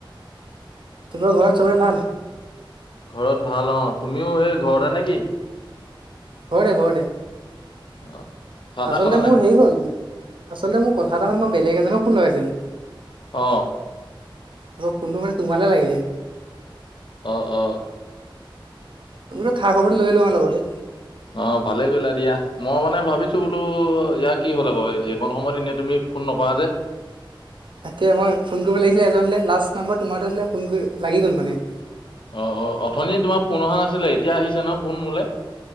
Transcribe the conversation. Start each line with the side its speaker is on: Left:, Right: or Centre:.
Right: তাৰপা ঘৰত চবৰে ভাল?
Left: ঘৰত ভাল অ', তুমিও সেই ঘৰতে নেকি?
Right: ঘৰতে ঘৰতে।
Left: অ', চাহ তাহ
Right: আচলতে
Left: খালা
Right: মোৰ
Left: নাই
Right: হেৰি হ'ল আচলতে মোৰ কথা এটা হ'ল মই বেলেগ এজনক ফোন লগাইছিলো
Left: অ',
Right: ত ফোনটো মানে তোমালৈ লাগিলে।
Left: অ, অ,
Right: বোলো খা খবৰটো লৈ লওঁ আৰু লগতে।
Left: অ, ভালে কৰিলা দিয়া মই মানে ভাবিছো বোলো ইয়াৰ কি হ'ল আকৌ অইন সময়ত ইনে তুমি ফোন নকৰা যে।
Right: তাকে মই ফোন কৰিব লাগিছিলে এজনলৈ লাষ্ট নাম্বাৰ তোমাৰো আছিলে ফোন কৰি লাগি গ'ল মানে।
Left: অ', অ', অথনি তোমাৰ ফোন অহা নাছিলে। এতিয়া আহিছে ন ফোন মোলে?